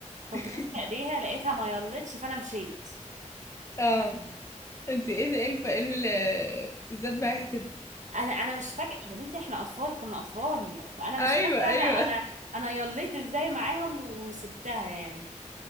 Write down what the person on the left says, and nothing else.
<laughs>
اه انت ايه ده ايه الب- إيه ال- الذات بقى كده
ايوه
ايوه